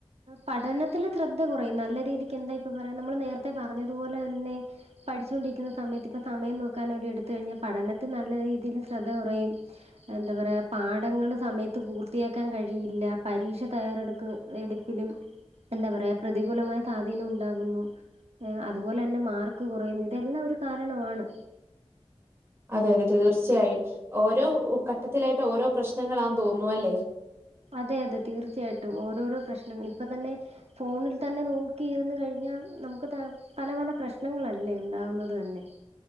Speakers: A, on the right (about 75°); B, on the right (about 25°).
A: പഠനത്തില് ശ്രദ്ധ കുറയും നല്ല രീതിക്ക് എന്താ ഇപ്പൊ പറയാ നമ്മള് നേരത്തെ പറഞ്ഞതുപോലെ തന്നെ പഠിച്ചുകൊണ്ടിരിക്കുന്ന സമയത്ത് ഇപ്പം സമയം നോക്കാനൊക്കെ എടുത്തു കഴിഞ്ഞാ പഠനത്തിൽ നല്ല രീതിയിൽ ശ്രദ്ധ കുറയും എന്താ പറയാ പാഠങ്ങള് സമയത്ത് പൂർത്തിയാക്കാൻ കഴിയില്ല പരീക്ഷ തയ്യാറെടുക്ക വെടിപ്പിലും എന്താ പറയാ പ്രതികൂലമായ സാതീനം ഉണ്ടാകുന്നു ഏ അതുപോലെന്നെ മാർക്ക് കുറയുന്നു ഇതെല്ലാം ഒരു കാരണമാണ്
B: അതെ അതെ തീർച്ചയായും ഓരോ ഘട്ടത്തിലായിട്ട് ഓരോ പ്രശ്നങ്ങളാന്ന് തോന്നുന്നു അല്ലേ
A: അതെ അതെ തീർച്ചയായിട്ടും ഓരോരോ പ്രശ്നങ്ങൾ ഇപ്പ തന്നെ ഫോണിൽ തന്നെ നോക്കിയിരുന്ന് കഴിഞ്ഞാ നമുക്ക് ത പല പല പ്രശ്നങ്ങളല്ലേ ഉണ്ടാവുന്നത് ന്നെ